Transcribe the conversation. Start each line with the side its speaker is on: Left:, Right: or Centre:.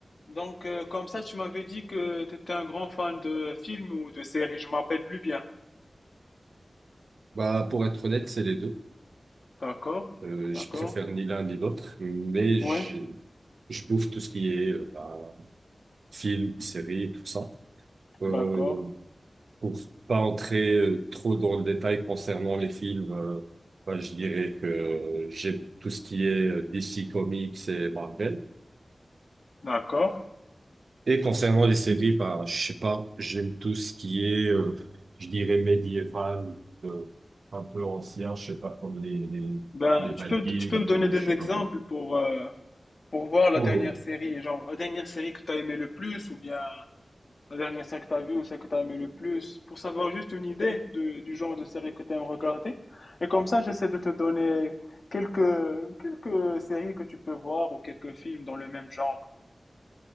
Left: Donc, euh, comme ça, tu m'avais dit que tu étais un grand fan de films ou de séries, je ne me rappelle plus bien.
Right: Bah, pour être honnête, c'est les deux.
Left: D'accord,
Right: Euh,
Left: d'accord,
Right: je préfère ni l'un ni l'autre, mais
Left: ouais,
Right: je, je bouffe tout ce qui est euh, bah, film, série, tout ça. Euh,
Left: d'accord,
Right: pour pas entrer euh, trop dans le détail concernant les films, euh, bah, je dirais que j'aime tout ce qui est euh, DC Comics et Marvel.
Left: d'accord.
Right: Et concernant les séries, bah, je sais pas, j'aime tout ce qui est, euh, je dirais médiéval, un peu ancien, je sais pas, comme les, les,
Left: Ben,
Right: les
Left: tu
Right: Vikings
Left: peux, tu peux me donner
Right: ou
Left: des
Right: je
Left: exemples
Right: sais pas quoi.
Left: pour, euh, pour voir la
Right: Oh,
Left: dernière série, genre la dernière série que tu as aimé le plus ou bien la dernière série que tu as vue ou celle que tu as aimé le plus, pour savoir juste une idée de- du genre de série que tu aimes regarder. Et comme ça, j'essaie de te donner quelques, quelques séries que tu peux voir ou quelques films dans le même genre.